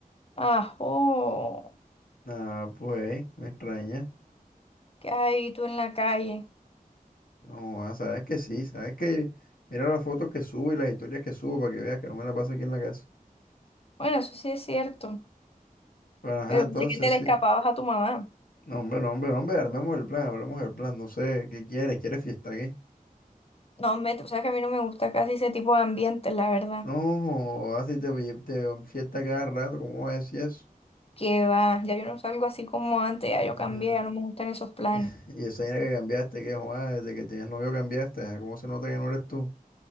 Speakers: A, on the left (about 40°); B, on the left (about 70°).
A: Ah, oh,
B: Ah, pues, me extraña.
A: ¿qué hay tú en la calle?
B: No, ah, sabes que sí, sabes que mira las fotos que subo y las historias que subo para que veas que no me la paso aquí en la casa.
A: Bueno, eso sí es cierto.
B: Pero, ajá,
A: Pero
B: entonces
A: pensé que te le
B: sí.
A: escapabas a tu mamá.
B: No, hombre, no, hombre, no, hombre, armemos el plan, armemos el plan, no sé, ¿qué quieres? ¿Quieres fiesta, qué?
A: No, hombre, tú sabes que a mí no me gusta casi ese tipo de ambiente, la verdad.
B: No, así te, pi- te veo en fiesta cada rato, ¿cómo vas a decir eso?
A: Que va, ya yo no salgo así como antes, ya yo
B: Ujú.
A: cambié, ya no me gustan esos planes.
B: <laughs> Y esa vaina que cambiaste, que joder, desde que tienes novio cambiaste, ah, ¿cómo se nota que no eres tú?